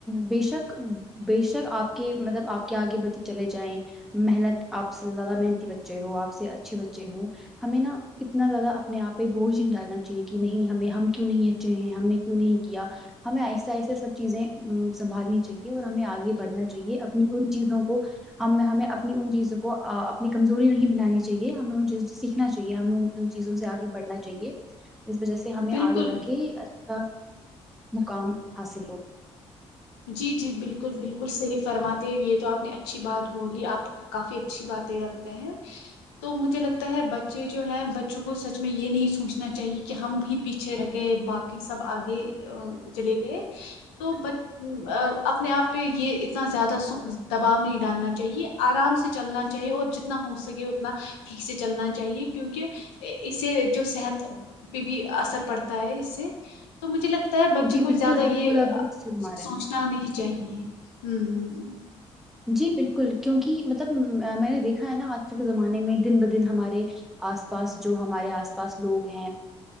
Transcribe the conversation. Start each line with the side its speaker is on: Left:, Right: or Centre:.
Centre: بے شک بےشک آپ کے مطلب آپ کے آگے بچے چلے جائیں محنت آپ سے زیادہ محنتی بچے ہو آپ سے اچھے بچے ہ ہمیں نا اتنا زیادہ اپنے آپ پہ بوجھ نہیں ڈالنا چاہیے کہ نہیں ہمیں ہم کیوں نہیں اچھے ہیں ہم نے کیوں نہیں کیا ہمیں آہستہ آہستہ سب چیزیں سنبھالنی چاہیے اور ہمیں آگے بڑھنا چاہیے ان چیزوں کو ہم ہمیں اپنی ان چیزوں کو اپنی ا کمزوری نہیں بنانی چاہیے ہمیں ان چیزوں کو سیکھنا چاہیے ہم ان چیزوں سے آگے بڑھنا چاہیے جس وجہ سے ہمیں
Left: بالکل
Centre: آگے جا
Left: بالکل
Centre: کے اچھا مقام حاصل ہو
Left: جی جی بالکل بالکل بلکل صحیح فرماتے یہ تو آپ نے اچھی بات بولی آپ کافی اچھی باتیں کرتے ہیں تو مجھے لگتا ہے بچے جو ہے بچوں کو سچ میں یہ نہیں سوچنا چاہیے کہ ہم بھی پیچھے رہ گئے باقی سب آگے چلے گئے تو ب اپنے آپ پہ یہ اتنا زیادہ دباؤ نہیں ڈالنا چاہیے آرام سے چلنا چاہیے اور جتنا ہو سکے اتنا ٹھیک سے چلنا چاہیے کیونکہ اسے جو صحت پہ بھی اثر پڑتا ہے اس سے تو مجھے لگتا ہے بچے
Centre: جی
Left: کو
Centre: بالکل،
Left: زیادہ یہ
Centre: بالکل آپ درست فرما رہے
Left: سوچنا
Centre: ہیں۔
Left: نہیں چاہیے ہوں
Centre: جی بالکل کیونکہ مطلب میں نے دیکھا ہے نا آج کل کے زمانے میں دن بہ دن ہمارے آس پاس جو ہمارے آس پاس لوگ ہیں